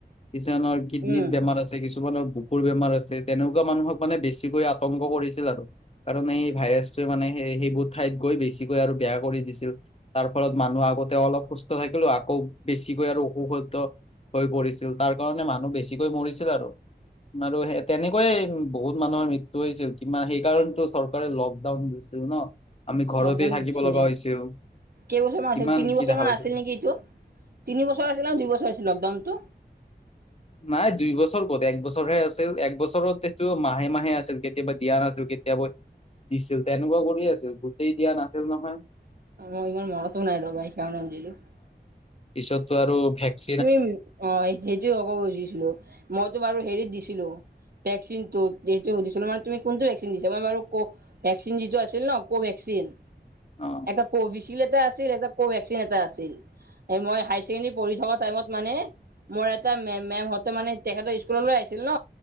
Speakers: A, on the left (about 35°); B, on the right (about 60°).
A: কিছুমানৰ কিডনিত
B: উম
A: বেমাৰ আছে কিছুমানৰ বুকুৰ বেমাৰ আছে তেনেকোৱা মানুহক মানে বেছিকৈ আতংক কৰিছিল আৰু কাৰণ এই ভাইৰাছটোৱে মানে সে সেইবোৰ ঠাইত গৈ বেছিকৈ আৰু বেয়া কৰি দিছিল। তাৰ ফলত মানুহ আগতে অলপ সুস্থ থাকিলো আকৌ বেছিকৈ আৰু অসুস্থ হৈ পৰিছিল তাৰ কাৰণে মানুহ বেছিকৈ মৰিছিল আৰু। আৰু সেই তেনেকৈ বহুত মানুহৰ মৃত্যু হৈছিল কিমান সেইকাৰণেটো চৰকাৰে লকডাউন দিছিল ন আমি ঘৰতেই
B: লকডাউন
A: থাকিব
B: দিছিলে
A: লগা হৈছিল।
B: কেইবছৰমান
A: কিমান
B: আছিল তিনি
A: কি
B: বছৰমান
A: দেখা পাইছিল
B: আছিল নেকি এইটো তিনি বছৰ আছিল দুইবছৰ আছিল লকডাউন টো
A: নাই দুই বছৰ ক'ত এক বছৰ হে আছিল এক বছৰত সেইটো মাহে মাহে আছিল কেতিয়াবা দিয়া নাছিল। কেতিয়াবা দিছিল। তেনেকুৱা কৰি আছিল গোটেই দিয়া নাছিল নহয়।
B: অ ইমান মনটো নাই ৰবা সেইকাৰণে সুধিলো।
A: পিছতটো আৰু ভেকচ
B: তুমি অ সেইটোৱে ক'ব খুজিছিলো মইতো বাৰু হেৰীত দিছিলো ভেক্সিনটোত যিটো সুধিছিলো, মানে তুমি কোনটো ভেক্সিন দিছে। মই বাৰু কু ভেক্সিন যিটো আছিল ন কু ভেক্সিন চিন।
A: অ
B: এটা কোভিচিল্ড এটা আছিল এটা কোভেক্সিন এটা আছিল এ মই হায় ছেকেণ্ডৰী পঢ়ি থকা টাইমত মানে মোৰ এটা মেমে হওঁতে মানে তেখেতৰ স্কুললৈ আহিছিল ন